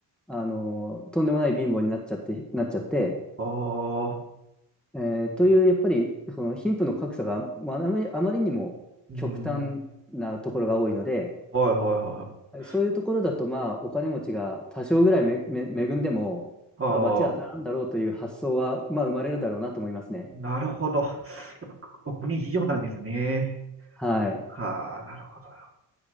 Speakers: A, in the centre; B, on the right.
A: あの、とんでもない貧乏になっちゃって、なっちゃって、
B: ああ、
A: えーという、やっぱり、その貧富の格差が、まあ、あまり、あまりにも極端なところが多いので、
B: うん。はいはいはいはい。
A: そういうところだと、まあ、お金持ちが多少ぐらいめ、め、恵んでも、
B: ああ、
A: まあ、罰は当たらんだろうという発想は、まあ、生まれるだろうなと思いますね。
B: なるほど。やっぱお国事情なんですね。
A: はい。
B: はあ、なるほど。